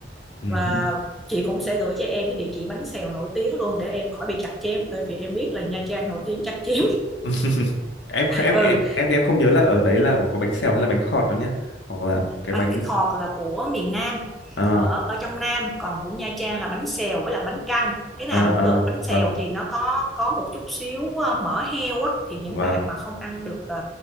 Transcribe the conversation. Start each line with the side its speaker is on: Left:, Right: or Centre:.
Centre: và
Left: Ừ, hứ.
Centre: chị cũng sẽ gửi cho em cái địa chỉ bánh xèo nổi tiếng luôn để em khỏi bị chặt chém bởi vì em biết là Nha Trang nổi tiếng chặt chém
Left: <laughs> Em kh- em
Centre: <laughs>
Left: em
Centre: ừ
Left: em thì em không nhớ là ở đấy là có bánh xèo hay là bánh khọt đâu nhá? Hoặc là cái
Centre: bánh
Left: bánh
Centre: khọt là của miền Nam
Left: à
Centre: ở ở trong Nam còn của Nha Trang là bánh xèo với là bánh căn cái nào
Left: à
Centre: cũng
Left: à
Centre: được bánh xèo
Left: vâng,
Centre: thì nó có có một chút xíu ờ, mỡ heo á thì những
Left: vâng.
Centre: bạn mà không ăn được ờ,